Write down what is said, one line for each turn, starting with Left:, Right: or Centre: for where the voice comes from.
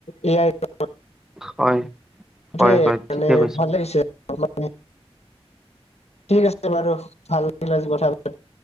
Left: এ আই বুলি। <unintelligible>
Centre: হয়।
Left: সেটোয়ে
Centre: হয় হয়
Left: মানে
Centre: ঠিকে কৈছে
Left: ভাল লাগিছে অলপ ঠিক আছে বাৰু, ভাল লাগিলে আজি কথা পাতি।